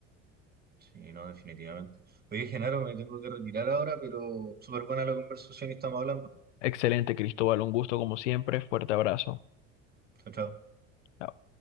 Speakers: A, on the right; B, on the left.
A: Sí, no, definitivamente. Oye, Genaro, me tengo que retirar ahora, pero súper buena la conversación y estamos hablando.
B: Excelente, Cristóbal, un gusto como siempre, fuerte abrazo.
A: Chao, chao.
B: Chao.